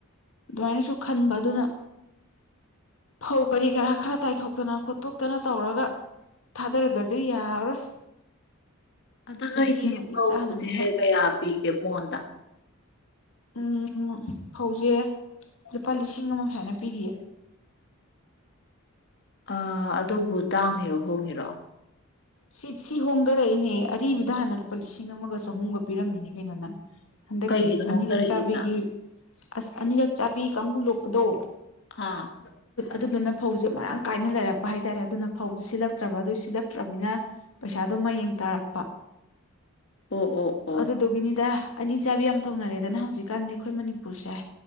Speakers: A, on the left (about 70°); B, on the left (about 50°).
A: ꯑꯗꯨꯃꯥꯏꯅꯁꯨ ꯈꯟꯕ ꯑꯗꯨꯅ ꯐꯧ ꯀꯔꯤ ꯀꯔꯥ ꯈꯔ ꯇꯥꯏꯊꯣꯛꯇꯅ ꯈꯣꯠꯇꯣꯛꯇꯅ ꯇꯧꯔꯒ ꯊꯥꯗꯔꯗꯗꯤ ꯌꯥꯔꯔꯣꯏ
B: ꯑꯗꯣ
A: ꯆꯍꯤ
B: ꯅꯣꯏꯗꯤ
A: ꯑꯃꯒꯤ
B: ꯐꯧꯁꯦ
A: ꯆꯥꯅꯕꯅꯤꯅ
B: ꯀꯌꯥ ꯄꯤꯒꯦ ꯃꯣꯟꯗ
A: ꯎꯝ ꯐꯧꯁꯦ ꯂꯨꯄꯥ ꯂꯤꯁꯤꯡ ꯑꯃ ꯁꯨꯃꯥꯏꯅ ꯄꯤꯔꯤꯌꯦ
B: ꯑ ꯑꯗꯨꯕꯨ ꯇꯥꯡꯉꯤꯔꯣ ꯍꯣꯡꯉꯤꯔꯣ
A: ꯁꯤ ꯁꯤ ꯍꯣꯡꯗꯔꯛꯏꯅꯦ ꯑꯔꯤꯕꯗ ꯍꯥꯟꯅ ꯂꯨꯄꯥ ꯂꯤꯁꯤꯡ ꯑꯃꯒ ꯆꯍꯨꯝꯒ ꯄꯤꯔꯝꯃꯤꯅꯦ ꯀꯩꯅꯣ ꯅꯪ ꯍꯟꯗꯛꯀꯤ
B: ꯀꯩꯒꯤꯅꯣ ꯍꯣꯡꯗꯔꯛꯏꯁꯤꯅ
A: ꯑꯅꯤꯔꯛ ꯆꯥꯕꯤꯒꯤ ꯑꯁ ꯑꯅꯤꯔꯛ ꯆꯥꯕꯤ ꯀꯥꯡꯕꯨ ꯂꯣꯛꯄꯗꯣ
B: ꯑꯥ
A: ꯑꯗꯨꯗꯨꯅ ꯐꯧꯁꯦ ꯃꯔꯥꯡ ꯀꯥꯏꯅ ꯂꯩꯔꯛꯄ ꯍꯥꯏꯇꯥꯔꯦ ꯑꯗꯨꯅ ꯐꯧꯁꯦ ꯁꯤꯜꯂꯛꯇ꯭ꯔꯕ ꯑꯗꯨ ꯁꯤꯜꯂꯛꯇ꯭ꯔꯕꯅꯤꯅ ꯄꯩꯁꯥꯗꯨꯣ ꯃꯌꯦꯡ ꯇꯥꯔꯛꯄ
B: ꯑꯣ ꯑꯣ ꯑꯣ
A: ꯑꯗꯨꯗꯨꯒꯤꯅꯤꯗ ꯑꯅꯤꯆꯥꯕꯤ ꯌꯥꯝ ꯇꯧꯅꯔꯦꯗꯅ ꯍꯧꯖꯤꯛꯀꯥꯟꯗꯤ ꯑꯩꯈꯣꯏ ꯃꯅꯤꯄꯨꯔꯁꯦ